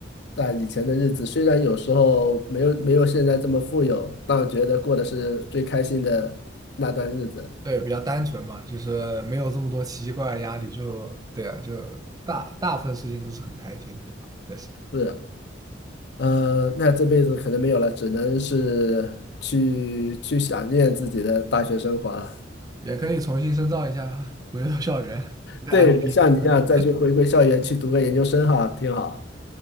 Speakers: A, on the left (about 60°); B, on the right (about 20°).
A: 那以前的日子，虽然有时候没有没有现在这么富有，但觉得过的是最开心的那段日子。
B: 对，比较单纯嘛，就是没有这么多奇奇怪怪的压力，就对啊，就大大部分事情都是很开心的，确实
A: 是，呃，那这辈子可能没有了，只能是去去想念自己的大学生活了。
B: 也可以重新深造一下，回到校园，读个
A: 对，
B: MBA。
A: 像你一样再去回归校园去读个研究生哈，
B: <laughs>
A: 挺好。